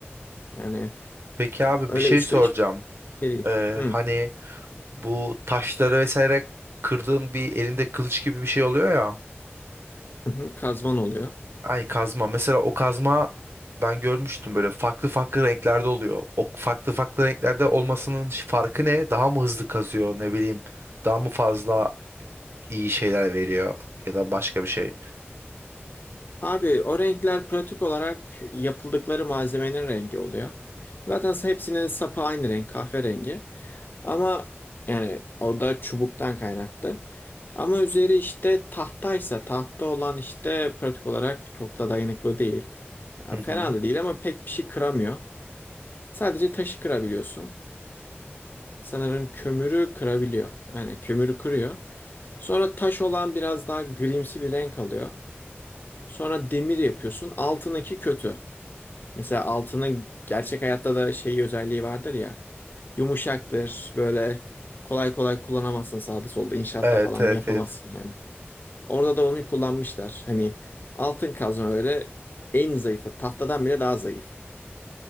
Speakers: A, on the left; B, on the right.
A: Yani
B: Peki abi
A: öyle
B: bir şey
A: 3-5
B: soracağım.
A: şey değil.
B: Ee,
A: Hı.
B: hani bu taşları vesaire kırdığın bir elinde kılıç gibi bir şey oluyor ya.
A: Hı hı, Kazman oluyor.
B: Hani kazma. Mesela o kazma ben görmüştüm böyle farklı farklı renklerde oluyor. O farklı farklı renklerde olmasının farkı ne? Daha mı hızlı kazıyor ne bileyim. Daha mı fazla iyi şeyler veriyor ya da başka bir şey.
A: Abi o renkler pratik olarak yapıldıkları malzemenin rengi oluyor. Zaten hepsinin sapı aynı renk kahverengi. Ama yani o da çubuktan kaynaklı. Ama üzeri işte tahtaysa tahta olan işte pratik olarak çok da dayanıklı değil. Ya
B: Hı hı.
A: Fena da değil ama pek bir şey kıramıyor. Sadece taşı kırabiliyorsun. Sanırım kömürü kırabiliyor. Yani kömürü kırıyor. Sonra taş olan biraz daha grimsi bir renk alıyor. Sonra demir yapıyorsun. Altındaki kötü. Mesela altının gerçek hayatta da şey özelliği vardır ya. Yumuşaktır. Böyle kolay kolay kullanamazsın sağda solda inşaatta
B: Evet
A: falan
B: evet
A: yapamazsın
B: evet.
A: yani. Orada da onu kullanmışlar. Hani altın kazma öyle en zayıfı. Tahtadan bile daha zayıf.